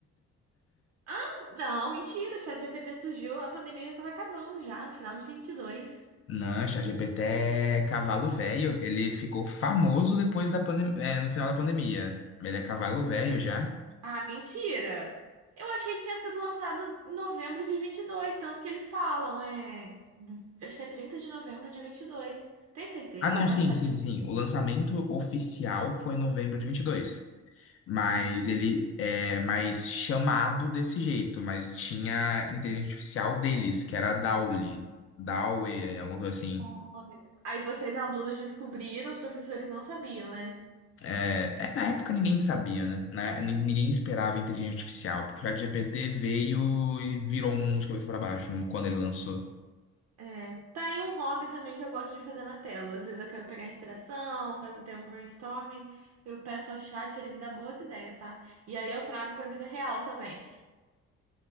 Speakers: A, on the right; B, on the left.
A: Ah, não, mentira, o ChatGPT surgiu, a pandemia já estava acabando já, no final de vinte e dois
B: Não, ChatGPT é cavalo velho. Ele ficou famoso depois da pandemia, no final da pandemia. Ele é cavalo velho já.
A: Ah, mentira! Eu achei que tinha sido lançado em novembro de vinte e dois, tanto que eles falam, é. Acho que é trinta de novembro de vinte e dois. Tem certeza
B: Ah, não,
A: que
B: sim,
A: era o ChatGPT?
B: sim, sim. O lançamento oficial foi em novembro de 22, Mas
A: Aham.
B: ele é mais chamado desse jeito. Mas tinha inteligência artificial deles, que era a Dali. Dali, alguma coisa assim.
A: Olha. Aí vocês, alunos, descobriram, os professores não sabiam, né?
B: É, é, na época ninguém sabia, né? Na- nin- Ninguém esperava inteligência artificial. Porque a GPT veio e virou o mundo de cabeça para baixo quando ele lançou.
A: É. Tá aí um hobby também que eu gosto de fazer na tela. Às vezes eu quero pegar inspiração, fazer ter um brainstorming. Eu peço ao chat, ele me dá boas ideias, tá? E aí eu trago pra vida real também.